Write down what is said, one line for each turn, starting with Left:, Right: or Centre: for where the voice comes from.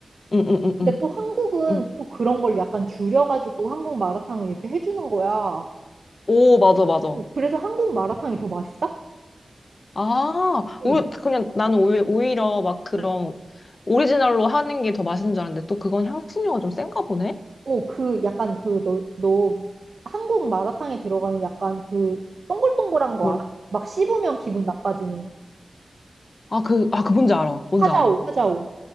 Left: 응, 응, 응,
Right: 근데
Left: 응.
Right: 또 한국은
Left: 응.
Right: 또 그런 걸 약간 줄여가지고
Left: 어,
Right: 한국 마라탕을 이렇게 해주는 거야. 어,
Left: 오, 맞아, 맞아.
Right: 그래서 한국 마라탕이 더 맛있다?
Left: 아,
Right: 어,
Left: 우리, 그냥 나는 오히- 오히려 막 그런
Right: 어.
Left: 오리지널로 하는 게 더 맛있는 줄 알았는데 또 그건 향신료가 좀 센가 보네?
Right: 오, 그 약간 그 너, 너 한국 마라탕에 들어가는 약간 그 동글동글한 거
Left: 뭐라?
Right: 알아? 막 씹으면 기분 나빠지는
Left: 아, 그, 아, 그 뭔지 알아. 뭔지
Right: 하자오,
Left: 알아.
Right: 하자오.